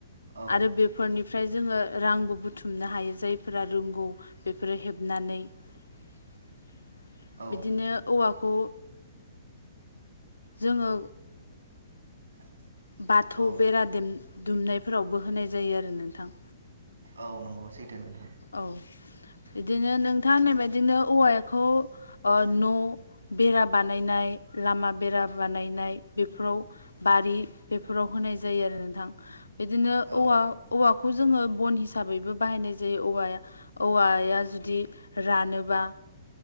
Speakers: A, on the right; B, on the left.
A: औ
B: आरो बे- फोरनिफ्राय जोङो रांबो बुथुमनो हायो जायफोरा रोंगौ बेफोरो हेबनानै। <inaudible>
A: औ
B: बिदिनो औवाखौ जोङो
A: <inaudible>
B: बाथौ
A: औ
B: बेरा दुमनायफोरावबो होनाय जायो आरो नोंथां
A: औ नंगौ सैथो नोंथां
B: औ बिदिनो नोंथाङा होननाय बायदिनो औवाखौ न' बेरा बानायनाय लामा बेरा बानायनाय बेफोराव बारि बेफोराव होनाय जायो आरो नोंथां बिदिनो औवा
A: औ
B: औवाखौ जोङो बन हिसाबैबो बाहायनाय जायो जे औवाया औवाया जुदि रानोबा